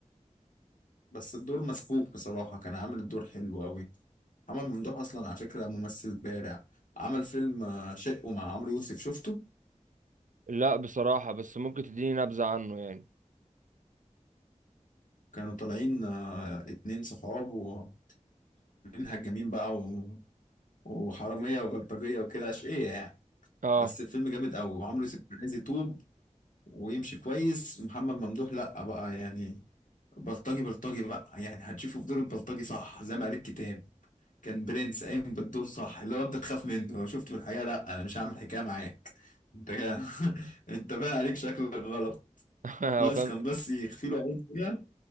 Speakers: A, on the left; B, on the right.
A: بس الدور مسبوك بصراحة كان عامل الدور حلو أوي محمد ممدوح أصلا على فكرة ممثل بارع عمل فيلم آه، شقه مع عمرو يوسف شفته
B: لا بصراحة بس ممكن تديني نبذة عنه يعني
A: كانوا طالعين آه، اتنين صحاب وشغالين هجامين بقى و- وحرامية وبلطجية وكده أشقية يعني
B: اه
A: بس الفيلم جامد قوي وعمرو يوسف عايز يتوب ويمشي كويس محمد ممدوح لا بقى يعني بلطجي بلطجي بقى يعني هتشوفه في دور البلطجي صح زي ما قال الكتاب كان برنس قايم بالدور صح اللي هو انت تخاف منه لو شفته في الحقيقه لا انا مش هعمل حكايه معاك انت كده <laughs> انت باين عليك شكلك غلط
B: <laughs> هو
A: ناقص
B: كان
A: كان بس يخفي له عين كده